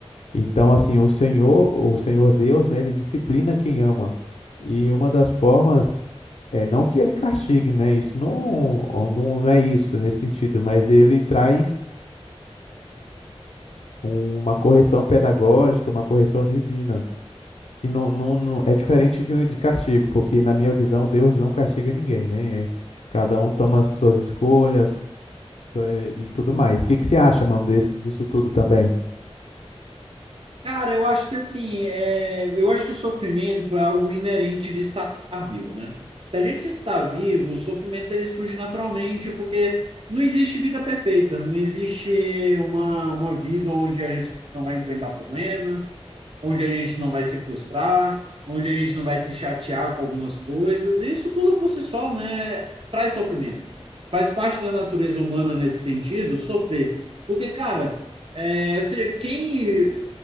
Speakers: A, on the left (about 85°); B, on the right (about 60°).
A: Então, assim, o Senhor, o Senhor Deus, né, ele disciplina quem ama. E uma das formas é não que ele castigue, né? Isso não, não, não é isso nesse sentido, mas ele traz um- uma correção pedagógica, uma correção divina, que não, não, não- é diferente de, um de castigo, porque na minha visão Deus não castiga ninguém, né? Cada um toma as suas escolhas, isso é- e tudo mais. O que que você acha, mano, desse, disso tudo também?
B: Cara, eu acho que assim, é, eu acho que o sofrimento é algo inerente de estar vivo, né? Se a gente está vivo, o sofrimento ele surge naturalmente, porque não existe vida perfeita, não existe uma, uma vida onde a gente não vai enfrentar problemas, onde a gente não vai se frustrar, onde a gente não vai se chatear com algumas coisas. E isso tudo por si só, né, traz sofrimento. Faz parte da natureza humana nesse sentido, sofrer. Porque, cara, é, ou seja, quem